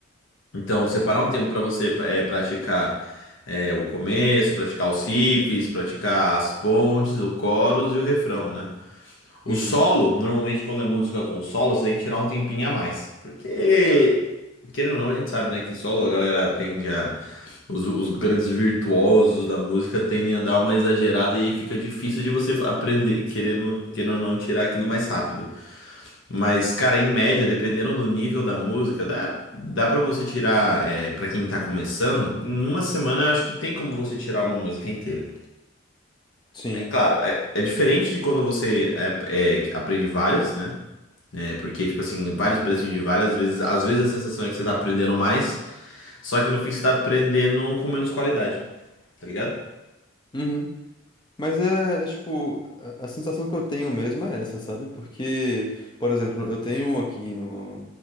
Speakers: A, on the left; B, on the left.
A: Então, separar um tempo para você é, praticar é, o começo, praticar os riffs, praticar as pontes, o chorus e o refrão, né? O
B: Uhum.
A: solo, normalmente quando é música com solo, você tem que tirar um tempinho a mais. Porque, querendo ou não, a gente sabe, né, que solo a galera tende a. Os, os grandes virtuosos da música tendem a dar uma exagerada e aí fica difícil de você aprender, querendo, querendo ou não, tirar aquilo mais rápido. Mas, cara, em média, dependendo do nível da música, dá, dá para você tirar, é, para quem tá começando, em uma semana eu acho que tem como você tirar uma música inteira.
B: Sim.
A: É claro, é, é diferente de quando você é, é, aprende várias, né? É, porque, tipo assim, vários pedacinhos de várias vezes. Às vezes a sensação é que você tá aprendendo mais, só que no fim você tá aprendendo com menos qualidade, tá ligado?
B: Uhum. Mas é, é, tipo, a, a sensação que eu tenho mesmo é essa, sabe? Porque, por exemplo, eu tenho um aqui no,